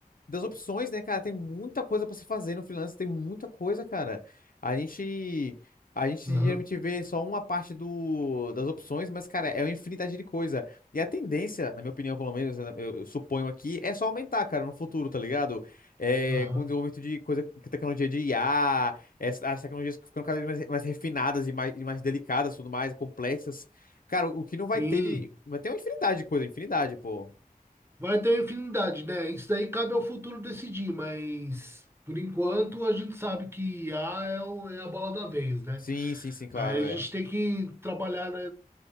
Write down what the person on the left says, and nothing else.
das opções, né, cara? Tem muita coisa pra se fazer no freelance, tem muita coisa, cara. A gente a gente
geralmente vê só uma parte do, das opções, mas, cara, é uma infinidade de coisa. E a tendência, na minha opinião, pelo menos, né, eu, eu suponho aqui, é só aumentar, cara, no futuro, tá ligado? É,
com o desenvolvimento de coisa, tecnologia de IA, essa as tecnologias que ficam cada vez mais, mais refinadas e mais, e mais delicadas, tudo mais, complexas. Cara, o que não vai
ter de. Vai ter uma infinidade de coisa, infinidade, pô.
Sim, sim, sim, claro,
é.